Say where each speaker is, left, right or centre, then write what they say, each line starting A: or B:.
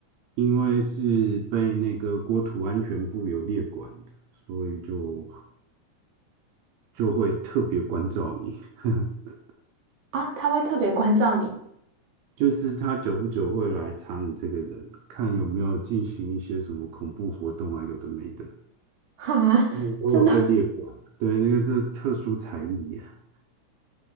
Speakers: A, on the right; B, on the right.
A: 因为是被那个国土安全部有列管的，所以就就会特别关照你，<laughs>
B: 啊？他会特别关照你，
A: 就是他久不久会来查你这个人，看有没有进行一些什么恐怖活动啊，有的没的。
B: <laughs> 哈，
A: 嗯都有被列管，
B: 真的
A: 对，那个这特殊才艺啊，